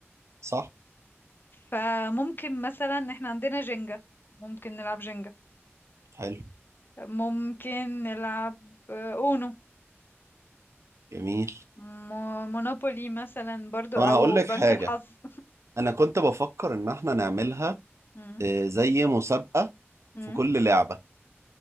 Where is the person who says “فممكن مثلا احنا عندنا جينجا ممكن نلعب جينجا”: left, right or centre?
Left